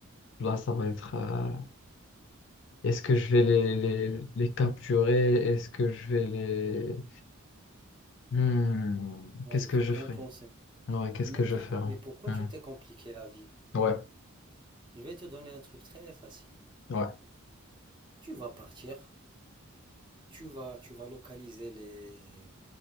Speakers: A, on the left; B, on the right.
A: Là, ça va être... euh, Est-ce que je vais les, les, les capturer? Est-ce que je vais les... Hmm,
B: ouais,
A: Qu'est-ce
B: il
A: que
B: faut
A: je
B: bien
A: ferai?
B: penser.
A: Ouais, qu'est-ce
B: Mais
A: que
B: pourquoi,
A: je ferai?
B: mais pourquoi
A: Hmm,
B: tu t'es compliqué la vie?
A: Ouais,
B: Je vais te donner un truc très facile.
A: ouais.
B: Tu vas partir, tu vas, tu vas localiser les,